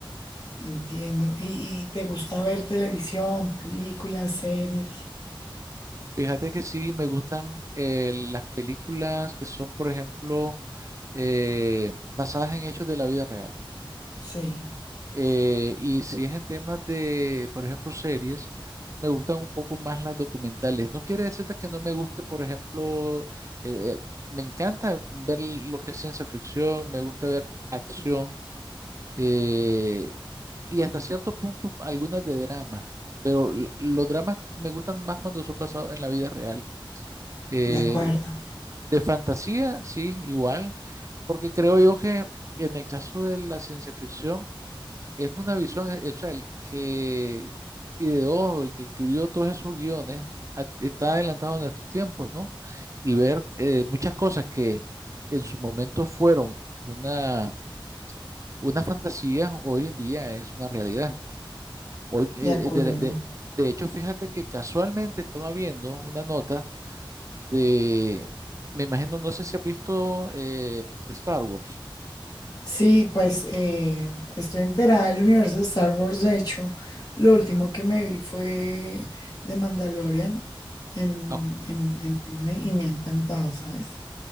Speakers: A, on the left; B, on the right.
A: entiendo. ¿Y, y te gusta ver televisión, películas, series?
B: Fíjate que sí, me gustan eh, las películas que son, por ejemplo, eh, basadas en hechos de la vida real.
A: Sí,
B: Eh, y si es en temas de, por ejemplo, series, me gustan un poco más las documentales. No quiere decirte que no me guste, por ejemplo, eh, eh, me encanta ver lo que es ciencia ficción, me gusta ver acción eh, y hasta cierto punto algunas de drama, pero l- los dramas me gustan más cuando son basados en la vida real. Eh,
A: de acuerdo,
B: de fantasía, sí, igual, porque creo yo que en el caso de la ciencia ficción, es una visión, eh, o sea, el que ideó, el que escribió todos esos guiones, a- está adelantado a nuestros tiempos, ¿no? Y ver eh, muchas cosas que en su momento fueron una, una fantasía, hoy en día es una realidad. Hoy, eh,
A: de acuerdo.
B: eh, de, de- de hecho, fíjate que casualmente estaba viendo una nota de, me imagino, no sé si has visto eh, Star Wars.
A: Sí, pues eh, estoy enterada del universo de Star Wars. De hecho, lo último
B: Ujú.
A: que me vi fue de Mandalorian en,
B: Ok.
A: en, en Disney y me ha encantado, ¿sabes?